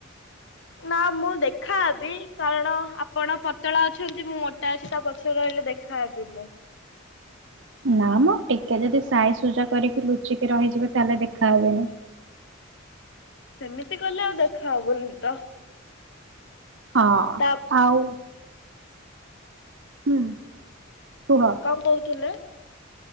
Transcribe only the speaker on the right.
ନା ମ ଟିକେ ଯଦି ସାଇଜ ସୁଜା କରିକି ଲୁଚିକି ରହିଯିବେ ତାହେଲେ ଦେଖାହେବନି।
ହଁ
ଆଉ ହୁଁ କୁହ